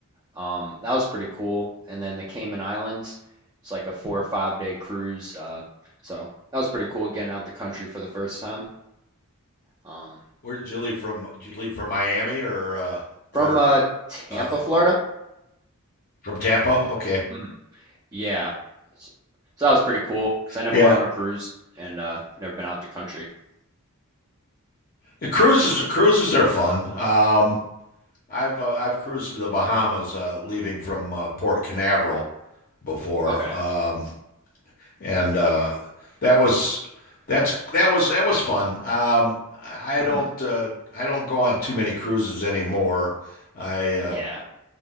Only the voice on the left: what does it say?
Where did you leave from? Did you leave from Miami or uh,
or
uh,
from Tampa? Okay,
yeah.
The cruises cruises are fun. Um, I've uh, I've cruised to the Bahamas, uh, leaving from uh, Port Canaveral before,
um, and uh, that was that's that was that was fun. Um, I
don't uh, I don't go on too many cruises anymore. I uh,